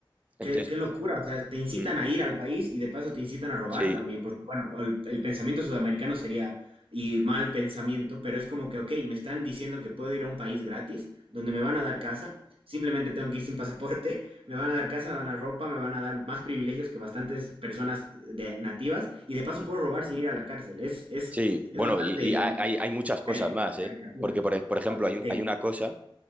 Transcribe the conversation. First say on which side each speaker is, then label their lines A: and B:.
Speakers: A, on the right; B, on the right.
A: Entonces,
B: Qué, qué locura, o sea, te incitan
A: mm,
B: a ir al país y de paso te incitan a robar
A: sí,
B: también, porque bueno, el, el pensamiento sudamericano sería, y mal pensamiento, pero es como que, ok, me están diciendo que puedo ir a un país gratis, donde me van a dar casa, simplemente tengo que ir sin pasaporte, <laughs> me van a dar casa, me van a dar ropa, me van a dar más privilegios que bastantes personas de, nativas, y de paso
A: mm,
B: puedo robar sin ir a la cárcel, es, es,
A: sí. Bueno,
B: es bastante
A: y, y hay, hay muchas cosas
B: caricu-
A: más, ¿eh?
B: caricatura.
A: Porque, por, e- por ejemplo,
B: Ah,
A: hay, un-
B: ok.
A: hay una cosa